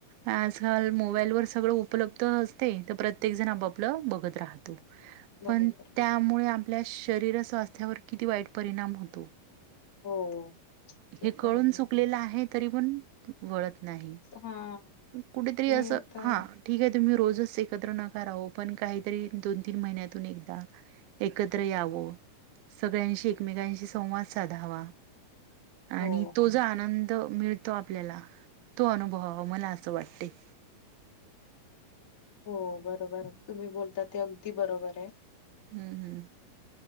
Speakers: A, on the right (about 90°); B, on the left (about 45°).
A: आंजकाल मोबाईल वर सगळं उपलब्ध असते तर प्रत्येक जण आपापल बघत राहतो.
B: बघत
A: पण
B: राहत.
A: त्यामुळे आपल्या शरीर स्वास्थ्यावर किती वाईट परिणाम होतो.
B: हो. ते
A: हे कळून
B: तर आहे.
A: चुकलेलं आहे तरी पण वळत नाही
B: हां
A: कुठेतरी
B: ते
A: अस
B: तर
A: हां ठीकाय तुम्ही रोज जसं एकत्र नका राहुपण काहीतरी दोन, तीन महिन्यातून एकदा एकत्र यावं, सगळ्यांशी, एकमेकांशी संवाद साधावा. आणि
B: हो,
A: तो जो आनं द मिळतो आपल्याला तो अनुभवावा मला असं वाटते. <inaudible>
B: हो बरोबर तुम्ही बोलताते अगदी बरोबराय.
A: हम्म हम्म.